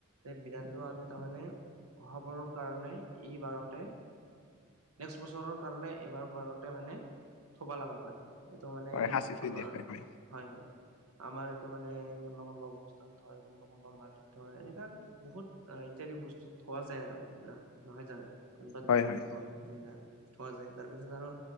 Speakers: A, on the right; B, on the left.
A: যে বিধানটো আমি তাৰমানে হ'বৰ কাৰনে এই বাৰতে নেক্স বছৰৰ কাৰণে, এবাৰ বাৰতে মানে থব লগা হয়। ত মানে
B: হয় সাঁচি থৈ
A: আমাৰ
B: দিয়া হয় হয়
A: হয়-হয়। আমাৰ এইটো মানে কোনোবা-কোনোবা বস্তাত থই, কোনোবা-কোনোবা মাটিত। থয়। এনেকা বহুত ইত্যাদি বস্তু থোৱা যায় আৰু মানে ন। নহয় জানো? কোনোবা
B: হয়
A: দুলিত
B: হয়
A: থই, এনেকা থোৱা যায় তাৰপিছত আৰু